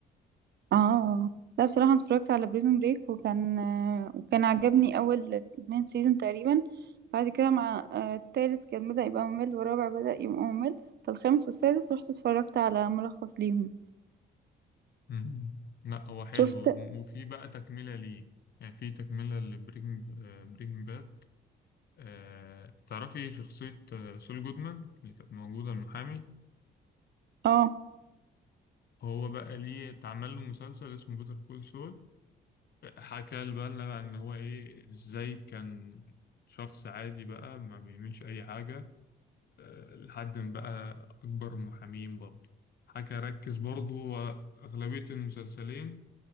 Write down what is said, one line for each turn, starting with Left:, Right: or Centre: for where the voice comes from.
Right: اه لا بصراحة أنا اتفرجت على بريزون بريك وكان آه، وكان عجبني أول اتنين سيزون تقريبا بعد كده مع آه، التالت كان بدأ يبقى ممل والرابع بدأ يبقى ممل فالخامس والسادس رحت اتفرجت على ملخص ليهم
Left: مم. لا هو حلو
Right: شفت
Left: م- وفي بقى تكملة ليه يعني في تكملة لبرينج برينج باد آه تعرفي شخصية آه، سول جودمان اللي كانت موجودة المحامي
Right: اه
Left: هو بقى ليه اتعمل له مسلسل اسمه بيتر كول سول حكى بقى لنا بقى ان هو ايه ازاي كان شخص عادي بقى ما بيعملش اي حاجة آه، لحد ما بقى اكبر محامين برضه حكى ركز برضه هو اغلبية المسلسلين